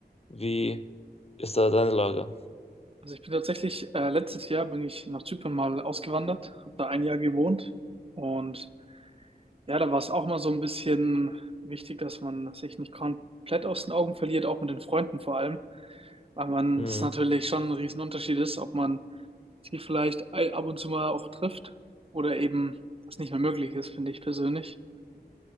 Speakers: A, on the left (about 35°); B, on the right (about 35°).
A: Wie ist da deine Lage?
B: Also ich bin tatsächlich, äh, letztes Jahr bin ich nach Zypern mal ausgewandert, habe da ein Jahr gewohnt und ja, da war es auch mal so ein bisschen wichtig, dass man sich nicht komplett aus den Augen verliert, auch mit den Freunden vor allem, weil man
A: Hm,
B: das natürlich schon ein Riesenunterschied ist, ob man sie vielleicht ei- ab und zu mal auch trifft oder eben was nicht mehr möglich ist, finde ich persönlich.